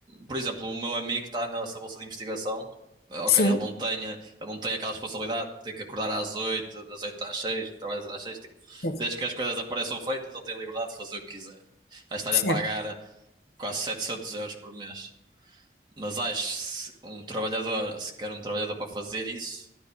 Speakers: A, on the right; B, on the left.
A: por exemplo, o meu amigo está nessa bolsa de investigação. eh, Ok,
B: Sim,
A: ele não tem, ele não tem aquela responsabilidade de ter que acordar às oito das 8 às 6 não trabalha às 6 tipo,
B: certo.
A: desde que as coisas apareçam feitas, ele tem a liberdade de fazer o que quiser. Acho que está-lhe
B: Certo.
A: a pagar quase 700 euros por mês. Mas acho que se um trabalhador, se quer um trabalhador para fazer isso.